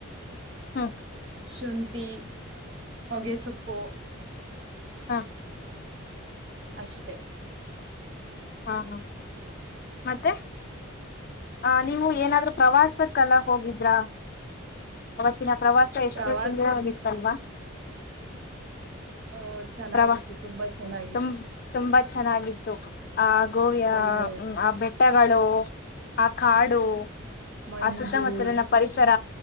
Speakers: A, on the left; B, on the right.
A: ಹ್ಮ
B: ಶುಂಠಿ ಹೊಗೆಸೊಪ್ಪು
A: ಹಾ
B: ಅಷ್ಟೆ
A: ಹಾ ಹಾ ಮತ್ತೆ ಆ ನೀವು ಏನಾದ್ರೂ ಪ್ರವಾಸಕ್ಕೆಲ್ಲ ಹೋಗಿದ್ರಾ ಅವತ್ತಿನ ಪ್ರವಾಸ ಎಷ್ಟು
B: ಪ್ರವಾಸಕ್
A: ಸುಂದರವಾಗಿತ್ತಲ್ವಾ
B: ಓ ಚೆನ್ನಾಗಿತ್ತು
A: ಪ್ರವಾ
B: ತುಂಬಾ ಚೆನ್ನಾಗಿತ್ತು
A: ತುಂ ತುಂಬಾ ಚೆನ್ನಾಗಿತ್ತು ಆ ಗೋವಿಯ
B: ಹೌದೌದು
A: ಆ ಬೆಟ್ಟಗಳು ಆ ಕಾಡು
B: ಮಂಜು
A: ಆ ಸುತ್ತಮುತ್ತಲಿನ ಪರಿಸರ